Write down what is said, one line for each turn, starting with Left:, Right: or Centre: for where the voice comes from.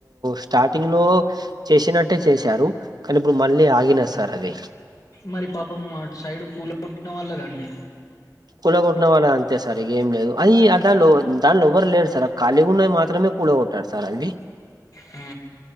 Right: స్టార్టింగ్ లో చేసినట్టే చేశారు కానీ ఇప్పుడు మళ్ళీ ఆగిన సార్ అది
Left: మరి పాపం అటు సైడ్ <unintelligible> పట్టిన వాళ్ళదండి
Right: కూల కొట్టిన వాళ్ళ అంతే సార్ ఇగ ఏం లేదు అది దానిలో దానిలో ఎవరు లేదు సార్ ఆ ఖాళీ ఉన్నయి మాత్రమే కూళ కొట్టాడు సార్ అవ్వి
Left: హు